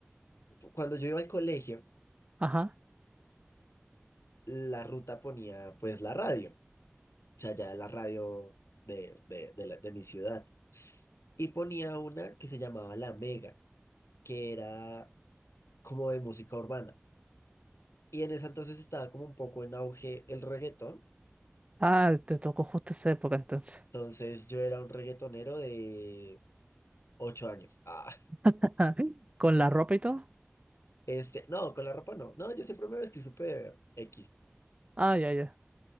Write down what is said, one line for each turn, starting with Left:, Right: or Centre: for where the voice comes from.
Left: cuando yo iba al colegio,
Right: ajá.
Left: la ruta ponía pues la radio, o sea, ya la radio de, de, de la- de mi ciudad. Y ponía una que se llamaba La Mega, que era como de música urbana. Y en esa entonces estaba como un poco en auge el reggaetón.
Right: Ah, te tocó justo esa época entonces.
Left: Entonces yo era un reggaetonero de ocho años. Ah,
Right: <laughs> ¿Con la ropa y todo?
Left: <laughs> este, no, con la ropa no. No, yo siempre me vestí súper X.
Right: Ah, ya, ya.